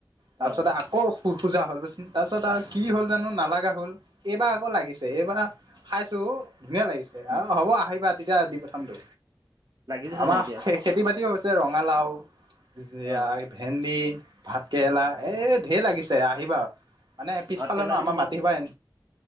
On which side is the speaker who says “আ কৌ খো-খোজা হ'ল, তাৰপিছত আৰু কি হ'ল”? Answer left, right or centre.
Right